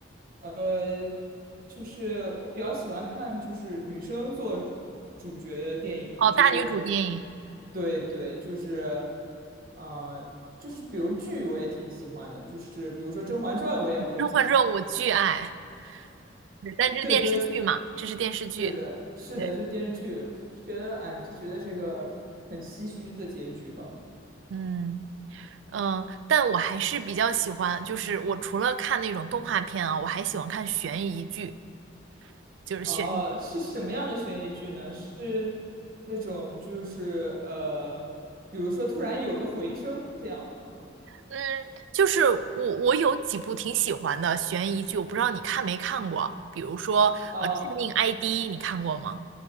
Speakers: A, on the right; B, on the right.
A: 呃，就是我比较喜欢看就是女生做主主角的电影嘛，
B: 哦，
A: 就是
B: 大女主电影
A: 对对，就是，呃，就是比如剧我也挺喜欢的，就是比如说《甄嬛传》我也会看。
B: 《甄嬛传》我巨爱，对但这是电视剧嘛，
A: <laughs> 对对，
B: 这是电视剧。
A: 是的，是的，
B: 对，
A: 这是电视剧，我就觉得哎，就觉得这个很唏嘘的结局吧。
B: 嗯嗯，但我还是比较喜欢，就是我除了看那种动画片啊，我还喜欢看悬疑剧。就是悬。
A: 哦，是什么样的悬疑剧呢？是那种就是呃，比如说突然有个回声这样吗？
B: 嗯，就是我我有几部挺喜欢的悬疑剧，我不知道你看没看过，比如说呃《致命
A: 啊，
B: ID》，你看过吗？